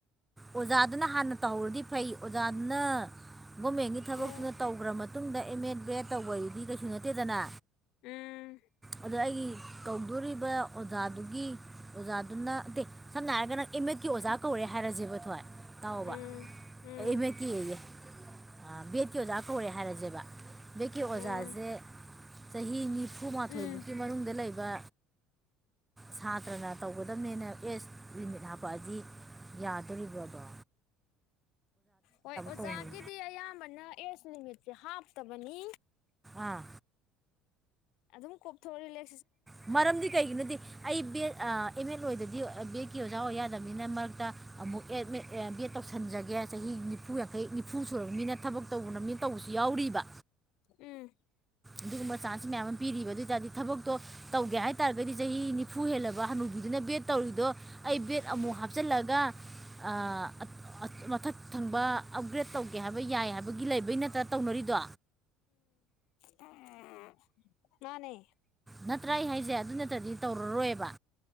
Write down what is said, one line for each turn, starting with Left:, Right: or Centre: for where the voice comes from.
Right: ꯑꯣꯖꯥꯗꯨꯅ ꯍꯥꯟꯅ ꯇꯍꯧꯔꯗꯤ ꯐꯩ ꯑꯣꯖꯥꯗꯨꯅ ꯒꯣꯃꯦꯟꯒꯤ ꯊꯕꯛꯇꯨꯅ
Left: ꯑꯣ
Right: ꯇꯧꯒ꯭ꯔ ꯃꯇꯨꯡꯗ ꯑꯦꯝ ꯑꯦꯗ ꯕꯦꯗ ꯇꯧꯕꯗꯨꯗꯤ ꯀꯩꯁꯨ ꯅꯠꯇꯦꯗꯅ
Left: ꯎꯝ
Right: ꯑꯗꯣ ꯑꯩꯒꯤ ꯀꯧꯗꯣꯔꯤꯕ ꯑꯣꯖꯥꯗꯨ ꯒꯤ ꯑꯣꯖꯥꯗꯨꯅ ꯇꯦ ꯁꯝꯅ ꯍꯥꯏꯔꯒ ꯅꯪ ꯑꯦꯝ ꯑꯦꯗꯀꯤ ꯑꯣꯖꯥ ꯀꯧꯔꯦ ꯍꯥꯏꯔꯖꯦꯕ ꯊꯣꯏ ꯇꯥꯎꯑꯣꯕ
Left: ꯎꯝ ꯎꯝ
Right: ꯑꯦ ꯑꯦꯝ ꯑꯦꯗ ꯀꯤ ꯑꯌꯦ ꯑꯥ ꯕꯦꯗꯀꯤ ꯑꯣꯖꯥ ꯀꯧꯔꯦ ꯍꯥꯏꯔꯖꯦꯕ ꯕꯦꯗꯀꯤ ꯑꯣꯖꯥꯖꯦ
Left: ꯎꯝ
Right: ꯆꯍꯤ ꯅꯤꯐꯨꯃꯥꯊꯣꯏꯕꯣꯛꯀꯤ
Left: ꯎꯝ
Right: ꯃꯅꯨꯡꯗ ꯂꯩ ꯒ ꯁꯥꯇ꯭ꯔꯅ ꯇꯧꯒꯗꯝꯅꯦꯅ ꯑꯦꯁ ꯂꯤꯃꯤꯠ ꯍꯥꯄꯛꯑꯗꯤ ꯌꯥꯗꯣꯔꯤꯕ꯭ꯔꯗꯣ
Left: ꯍꯣꯏ ꯑꯣꯖꯥꯒꯤꯗꯤ
Right: ꯀꯧꯅꯤ
Left: ꯑꯌꯥꯝꯕꯅ ꯑꯦꯖ ꯂꯤꯃꯤꯠꯆꯦ ꯍꯥꯞꯇꯕꯅꯤ
Right: ꯑꯥ
Left: ꯑꯗꯨꯝ ꯀꯣꯛ ꯊꯣ ꯔꯤꯂꯦ
Right: ꯃꯔꯝꯗꯤ ꯀꯩꯒꯤꯅꯣꯗꯤ ꯑꯩ ꯕꯦꯗ ꯑꯥ ꯑꯦꯝ ꯃꯦꯗ ꯂꯣꯏꯗ ꯕꯦꯗꯀꯤ ꯑꯣꯖꯥ ꯑꯣꯏ ꯌꯥꯗꯝꯅꯤꯅ ꯃꯔꯛꯇ ꯑꯃꯨꯛ ꯑꯦꯗ ꯃꯦꯗ ꯕꯦꯗ ꯇꯧꯁꯟꯖꯒꯦ ꯆꯍꯤ ꯅꯤꯐꯨ ꯗꯩ ꯅꯤꯐꯨ ꯁꯨꯔꯕ ꯃꯤꯅ ꯊꯕꯛ ꯇꯧ ꯃꯤꯅ ꯇꯧꯕꯁꯨ ꯌꯥꯎꯔꯤꯕ
Left: ꯎꯝ
Right: ꯑꯗꯨ ꯆꯥꯟꯁ ꯃꯌꯥꯝ ꯑꯃ ꯄꯤꯔꯤꯕ ꯑꯗꯨ ꯑꯣꯏ ꯇꯥꯥꯔꯗꯤ ꯊꯕꯛꯇꯣ ꯇꯧꯒꯦ ꯍꯥꯏꯇꯥꯥꯔꯒꯗꯤ ꯆꯍꯤ ꯅꯤꯐꯨ ꯍꯦꯜꯂꯕ ꯍꯟꯅꯨꯕꯤꯗꯨꯅ ꯕꯦꯗ ꯇꯧ ꯔꯤꯗꯣ ꯑꯩ ꯕꯦꯗ ꯑꯃꯨꯛ ꯍꯥꯞꯆꯜꯂꯛꯑꯒ ꯑꯥ ꯑ ꯃꯊꯛ ꯊꯪꯕ ꯑꯞꯒ꯭ꯔꯦꯗ ꯇꯧꯒꯦ ꯍꯥꯏꯕ ꯌꯥꯏ ꯍꯥꯏꯕꯒꯤ ꯂꯩꯕꯩ ꯅꯠꯇ꯭ꯔꯥ ꯇꯧꯅꯔꯤ ꯗꯣ
Left: <unintelligible> ꯃꯥꯟꯅꯦ
Right: ꯅꯠꯇ꯭ꯔ ꯑꯩ ꯍꯥꯏꯖꯦ ꯑꯗꯨ ꯅ ꯇꯗꯤ ꯇꯧꯔꯔꯣꯏꯕ